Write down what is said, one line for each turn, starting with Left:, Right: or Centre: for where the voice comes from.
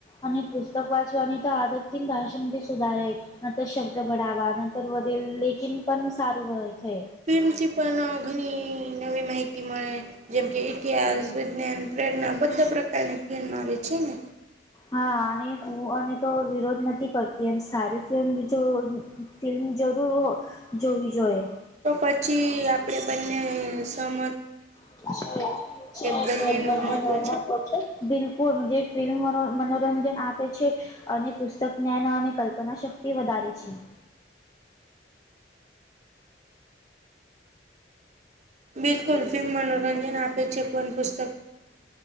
Left: અને પુસ્તક વાંચવાની તો આદત ભાષામાંથી સુધારે નંતર શબ્દ બડાવા નંતર વધેલ લેગિન પણ સારું હો થય
Right: પ્રિન્સિપલ ના ઘણી નવી માહિતી મળે જેમ કે ઇતિહાસ વિજ્ઞાન પ્રેરણા બધા પ્રકારની ફિલ્મ આવે છે ને
Left: હા અને હું અને તો વિરોધ નથી કરતી એમ સારી ફિલ્મ જો ફિલ્મ જરૂર હો જોવી જોઈએ
Right: તો પછી આપડે બંને સમ
Left: <inaudible>
Right: બંનેનું
Left: બંને
Right: મહત્ત્વ
Left: નું મહત્વ છે બિલકુલ જે ફિલ્મ મનોરંજન આપે છે અને પુસ્તક જ્ઞાન અને કલ્પના શક્તિ વધારે છે
Right: બિલકુલ ફિલ્મ મનોરંજન આપે છે પણ પુસ્તક